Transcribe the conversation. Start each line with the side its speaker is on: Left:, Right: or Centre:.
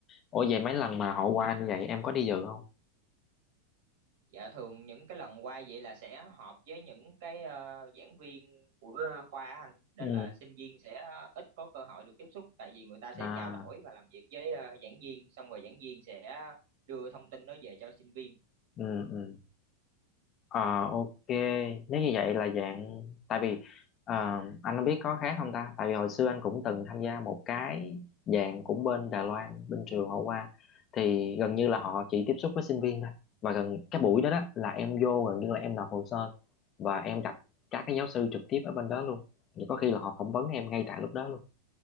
Left: ủa vậy mấy lần mà họ qua như vậy em có đi dự không
Right: Dạ thường những cái lần qua vậy là sẽ họp với những cái ờ, giảng viên của ờ, khoa á anh nên
Left: ừ
Right: là sinh viên sẽ ít có cơ hội được tiếp xúc tại vì người ta sẽ
Left: à
Right: trao đổi và làm việc với ờ, giảng viên xong rồi giảng viên sẽ đưa thông tin đó về cho sinh viên.
Left: ừ ừ Ờ ok, nếu như vậy là dạng tại vì ờ, anh không biết có khác không ta? Tại vì hồi xưa anh cũng từng tham gia một cái dạng cũng bên Đài Loan, bên trường họ qua thì gần như là họ chỉ tiếp xúc với sinh viên thôi. Và gần cái buổi đó đó là em vô gần như là em nộp hồ sơ và em gặp các cái giáo sư trực tiếp ở bên đó luôn. Thì có khi là họ phỏng vấn em ngay tại lúc đó luôn.